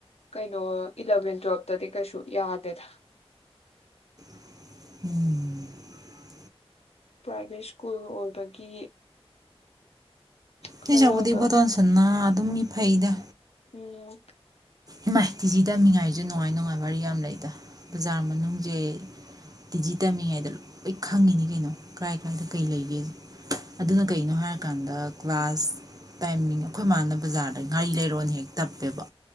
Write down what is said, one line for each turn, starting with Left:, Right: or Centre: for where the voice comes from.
Left: ꯀꯩꯅꯣ ꯏꯂꯚꯦꯟ ꯇꯨꯋꯦꯜꯞꯇꯗꯤ ꯀꯩꯁꯨ ꯌꯥꯗꯦꯗ
Right: ꯎꯝ
Left: ꯄ꯭ꯔꯥꯏꯚꯦꯠ ꯁ꯭ꯀꯨꯜꯒ ꯑꯣꯏꯕꯒꯤ ꯈꯔꯒ
Right: ꯑꯗꯨꯏ ꯁꯔꯨꯛꯄꯨꯗꯤ ꯏꯕꯣꯇꯣꯟꯁꯅꯥ ꯑꯗꯨꯝ ꯃꯤ ꯐꯩꯗ
Left: ꯎꯝ
Right: ꯏꯃꯥꯏ ꯇꯤꯖꯤ ꯇꯝꯃꯤꯉꯥꯏꯁꯨ ꯅꯨꯡꯉꯥꯏ ꯅꯨꯡꯉꯥꯏꯕ ꯋꯥꯔꯤ ꯌꯥꯝ ꯂꯩꯗ ꯕꯖꯥꯔ ꯃꯅꯨꯡꯖꯦ ꯇꯤ ꯖꯤ ꯇꯝꯃꯤꯉꯩꯗ ꯂꯣ ꯑꯩ ꯈꯪꯉꯤꯅꯤ ꯀꯩꯅꯣ ꯀꯔꯥꯏ ꯀꯥꯏꯗ ꯀꯩ ꯂꯩꯒꯦꯖꯦ ꯑꯗꯨꯅ ꯀꯩꯅꯣ ꯍꯥꯏꯔ ꯀꯥꯟꯗ ꯀ꯭ꯂꯥꯁ ꯇꯥꯏꯃꯤꯡ ꯑꯩꯈꯣꯏ ꯃꯥꯅ ꯕꯖꯥꯔꯗ ꯉꯥꯔꯤ ꯂꯩꯔꯣꯅ ꯍꯦꯛ ꯇꯞꯄꯦꯕ